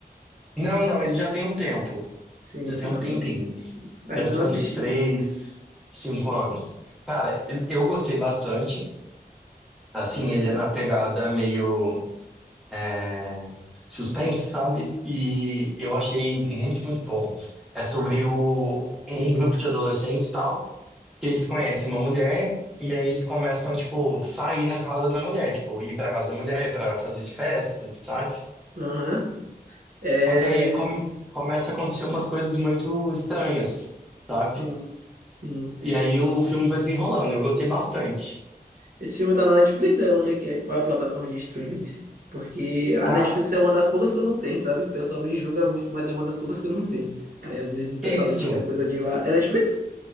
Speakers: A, in the centre; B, on the right.
A: Não, não, ele já tem um tempo.
B: Sim,
A: Já tem
B: ainda
A: um
B: não,
A: tempinho.
B: ainda
A: Deve
B: não
A: ter
B: assisti.
A: uns três, cinco anos. Cara, ele- eu gostei bastante. Assim,
B: Aham,
A: ele é na pegada meio é, suspense, sabe? E eu achei muito, muito bom. É sobre o, um grupo de adolescentes e tal, que eles conhecem uma mulher e aí eles começam, tipo, sair na casa da mulher, tipo, ir pra casa da mulher pra fazer festa, sabe?
B: aham. É.
A: Só que aí come- começa a acontecer umas coisas muito estranhas, sabe?
B: Sim, sim.
A: E aí o filme vai desenrolando. Eu gostei bastante.
B: Esse filme tá na Netflix? É onde é que é? Qual é a plataforma de streaming? Porque a
A: Tá?
B: Netflix é uma das poucas que eu não tenho, sabe? O pessoal me julga muito, mas é uma das poucas que eu não tenho. Aí às vezes o pessoal
A: Que isso?
B: me indica coisa de lá. É Netflix?